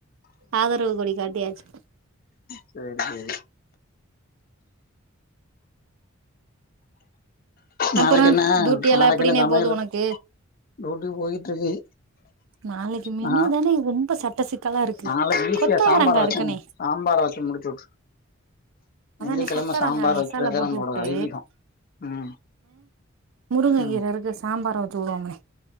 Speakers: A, on the right; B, on the left.
A: ஆதரவு கொடி காட்டியாச்சு
B: செரி செரி
A: அப்புறோ
B: நாளைக்கு என்ன
A: டூட்டி எல்லா
B: நாளைக்கு
A: எப்படின்னே
B: என்ன சமையல்
A: போது உனக்கு
B: டியூட்டி போயிட்டு இருக்கு
A: நாளைக்கு மெனூ
B: நா
A: தானே ரொம்ப சட்ட சிக்கலா இருக்கு
B: நாளைக்கு ஈஸியா
A: கொத்தவரங்கா
B: சாம்பார் வச்சு
A: இருக்குன்னே
B: சாம்பார் வச்சி முடிச்சிவிட்ரு
A: அதானே
B: வெள்ளிக்கிழம
A: கொத்தவரங்கா
B: சாம்பார்
A: மசாலா
B: வைக்கறதே
A: போட்டு
B: நம்மளோட
A: வுட்டு
B: ஐதீகெ ம்
A: முருங்க
B: ம்
A: கீர இருக்கு சாம்பார் வச்சிவுடுவோம்னோ